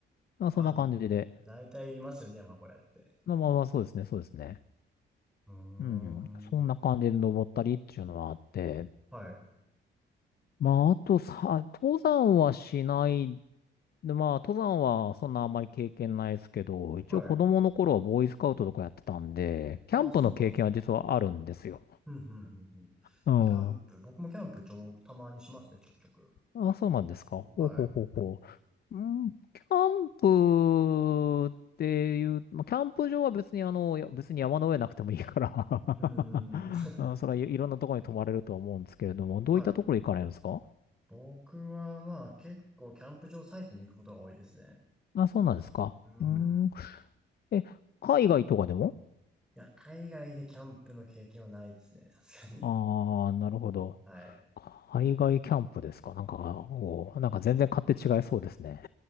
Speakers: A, on the left; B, in the centre.
A: まあ、そんな感じで。
B: あ、大体いりますよね、山小屋って。
A: まあまあまあ、そうですね、そうですね。
B: うーん。
A: うん。そんな感じで登ったりっていうのはあって、
B: はい。
A: まあ、あとさ、登山はしないで、まあ、登山はそんなあんまり経験ないですけど、一応子供の頃はボーイスカウトとかやってたんで、
B: はい。
A: キャンプの経験は実はあるんですよ。
B: ああ、そうなんですね。うん、うん、うん、うん。
A: うん。
B: キャンプ。僕もキャンプちょ、たまにしますね、ちょくちょく。
A: あ、そうなんですか。ほうほうほうほ
B: はい。
A: う。うん、キャンプっていう、まあ、キャンプ場は別にあの、いや別に山の上なくてもいいから
B: うーん。
A: <laughs> うん、それはい、いろんなところに泊まれるとは思うんですけれども、どういったところ行かれるんですか
B: <laughs> はい。僕はまあ結構キャンプ場サイトに行くことが多いですね。
A: あ、そうなんですか。
B: うん。
A: うん。
B: い
A: え、海外とかでも
B: や、海外でキャンプの経験はないですね、さすがに。
A: ああー、なるほど。
B: はい。
A: 海外キャンプですかなんか、おーなんか全然勝手違いそうですね。